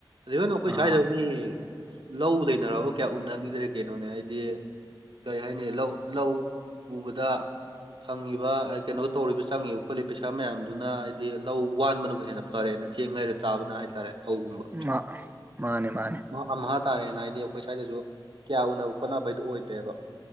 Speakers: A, on the right; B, on the right.
A: ꯏꯚꯟ ꯑꯩꯈꯣꯏ
B: ꯑꯥ
A: ꯁ꯭ꯋꯥꯏꯗ ꯃꯤ ꯂꯧ ꯂꯩꯅꯔꯕ ꯀꯌꯥ ꯎꯅꯈꯤꯗ꯭ꯔꯦ ꯀꯩꯅꯣꯅꯦ ꯍꯥꯏꯗꯤ ꯀꯩ ꯍꯥꯏꯅꯤ ꯂꯧ ꯂꯧ ꯎꯕꯗ ꯐꯪꯉꯤꯕ ꯀꯩꯅꯣꯒ ꯇꯧꯔꯤꯕ ꯆꯪꯉꯦꯕ ꯈꯣꯠꯂꯤ ꯄꯩꯁꯥ ꯃꯌꯥꯝꯗꯨꯅ ꯍꯥꯏꯗꯤ ꯂꯧ ꯋꯥꯟꯕꯅꯕꯨ ꯍꯦꯟꯅ ꯐꯔꯦꯅ ꯆꯦꯡ ꯂꯩꯔ ꯆꯥꯕꯅ ꯍꯥꯏꯇꯥꯔꯦ ꯐꯧꯒꯨꯝꯕ
B: ꯃꯥ ꯃꯥꯅꯦ ꯃꯥꯅꯦ
A: ꯑꯝꯍꯥꯥ ꯇꯥꯔꯦꯅ ꯍꯥꯏꯗꯤ ꯑꯩꯈꯣꯏ ꯁ꯭ꯋꯥꯏꯗꯁꯨ ꯀꯌꯥ ꯎꯅꯕ ꯈꯣꯠꯅꯕ ꯍꯥꯏꯗꯨ ꯑꯣꯏꯗ꯭ꯔꯦꯕ